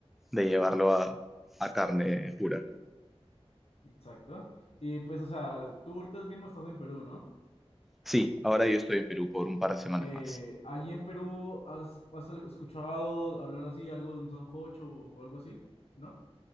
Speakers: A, in the centre; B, on the left.
A: de llevarlo a, a carne pura.
B: exacto. Y pues, o sea, tú ahorita mismo estás en Perú, ¿no?
A: Sí, ahora yo estoy en Perú por un par de semanas
B: Eh,
A: más.
B: ¿allí en Perú has, has escuchado hablar así, algo de un sancocho o, o algo así? ¿No?